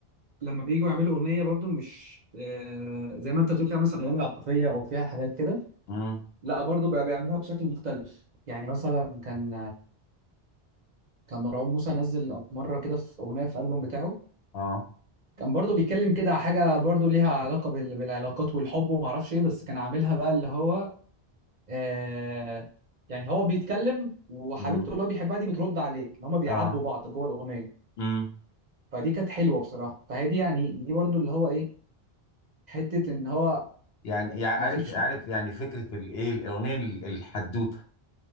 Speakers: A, on the right; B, on the left.
A: لما بييجوا يعملوا أغنية برضو مش آه زي ما انت بتقول فيها مثلا أغاني عاطفية أو فيها حاجات كده
B: أمم،
A: لا برضو بقى بيعملوها بشكل مختلف يعني مثلا كان كان مروان موسى نزل مرة كده في أغنية في ألبوم بتاعه
B: آه
A: كان برضو بيتكلم كده على حاجة برضو ليها علاقة بال- بالعلاقات والحب وما اعرفش ايه بس كان عاملها بقى اللي هو آه يعني هو بيتكلم وحبيبته
B: أمم،
A: اللي هو بيحبها دي بترد عليه ان هما بيعاتبوا
B: آه
A: بعض جوه الأغنية
B: مم.
A: فدي كانت حلوة بصراحة فهي دي يعني دي برضو اللي هو ايه حتة ان هو
B: يعني يعني
A: ما
B: عارف
A: فيش
B: عارف يعني فكرة الايه الأغنية ال- الحدوتة